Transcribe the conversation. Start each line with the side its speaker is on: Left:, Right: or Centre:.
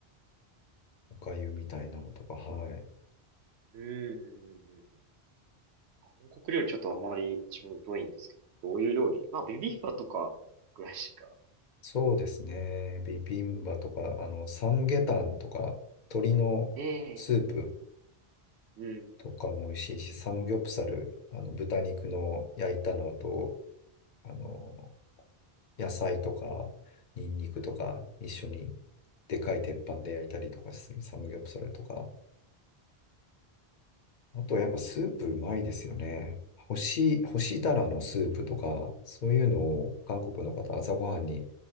Left: お粥みたいなのとか、はい。
Right: うーん。韓国料理ちょっとあまり自分疎いんですけど、どういう料理まあ、ビビンバとかぐらいしか。
Left: そうですね。ビビンバとか、あの、サムゲタンとか、鶏のスープ
Right: ええうん。
Left: とかも美味しいし、サムギョプサル、あの、豚肉の焼いたのと、あの、野菜とか、ニンニクとか、
Right: うん
Left: 一緒に、でかい鉄板で焼いたりとかするサムギョプサルとか、あとやっぱスープうまいですよね。干し、干したらのスープとか、そういうのを韓国の方朝ごはんに